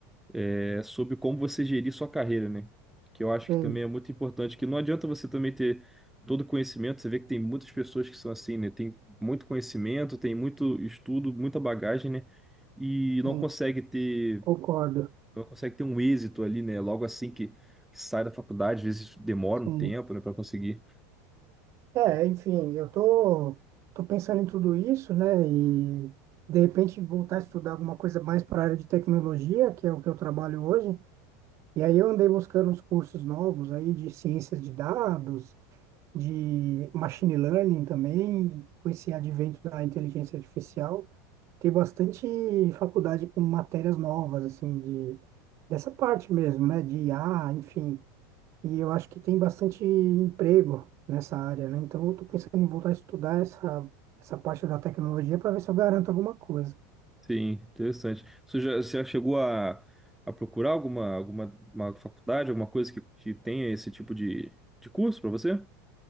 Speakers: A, in the centre; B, on the right (about 30°).
A: é, sobre como você gerir sua carreira, né? Que eu acho
B: Sim,
A: que também é muito importante, que não adianta você também ter todo o conhecimento, você vê que tem muitas pessoas que são assim, né? Tem muito conhecimento, tem muito estudo, muita bagagem, né? E não
B: sim,
A: consegue ter
B: concordo,
A: ela consegue ter um êxito ali, né? Logo assim que, que sai da faculdade, às vezes demora
B: sim.
A: um tempo, né, para conseguir.
B: É, é, enfim, eu tô, tô pensando em tudo isso, né, e de repente voltar a estudar alguma coisa mais para a área de tecnologia, que é o que eu trabalho hoje, E aí eu andei buscando uns cursos novos aí de ciências de dados, de machine learning também, com esse advento da inteligência artificial, tem bastante faculdade com matérias novas assim de dessa parte mesmo, né, de IA, enfim. E eu acho que tem bastante emprego nessa área, né? Então eu tô pensando em voltar a estudar essa essa parte da tecnologia para ver se eu garanto alguma coisa.
A: Sim, interessante. Você já, você já chegou a, a procurar alguma, alguma uma faculdade, alguma coisa que, que tenha esse tipo de, de curso para você?